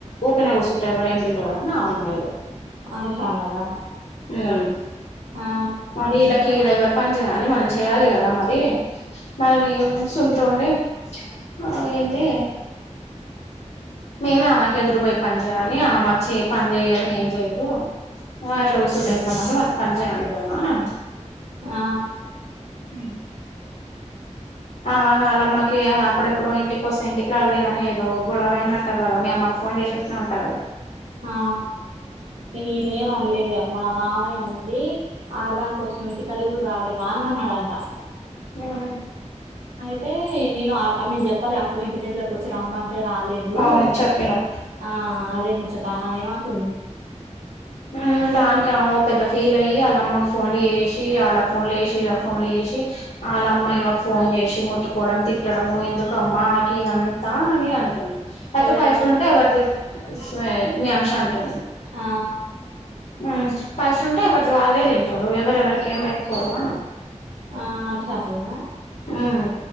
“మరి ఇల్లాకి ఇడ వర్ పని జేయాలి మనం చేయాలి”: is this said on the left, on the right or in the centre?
Left